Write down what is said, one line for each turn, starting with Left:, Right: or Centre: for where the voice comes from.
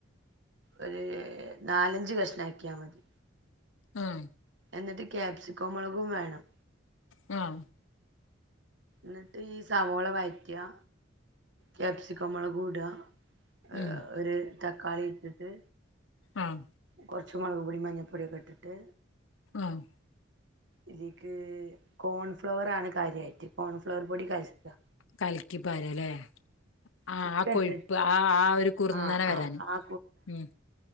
Right: ഒര് നാലഞ്ച് കഷ്ണാക്ക്യാ മതി
Left: അഹ്
Right: ന്നിട്ട് ക്യാപ്സിക്കോമൊളകും വേണം.
Left: വേണോ
Right: ന്ന്ട്ട് ഈ സവാോള വയറ്റാ ക്യാപ്സിക്കം മോളകും ഇടാ ഏ
Left: ഉം
Right: ഒര് തക്കാളി ഇട്ട്ട്ട്
Left: ആഹ്
Right: കുർച്ച് മൊളക് പൊടി, മഞ്ഞപ്പൊടി ഒക്കെ ഇട്ട്ട്ട്
Left: ആഹ്
Right: ഇതീക്ക് കോൺഫ്ലവറാണ് കാര്യായ്റ്റ് കോൺഫ്ലവറ് പൊടി കലക്കി
Left: കലിക്കി പാര്ലേ ആഹ്
Right: ചിക്കൻ
Left: കൊഴിപ്പ്
Right: ഇട്ടിട്ട്
Left: ആഹ് ആഹ് ഒര് കുർന്നനെ
Right: ആ
Left: വരാന്
Right: ആ ആ
Left: ഉം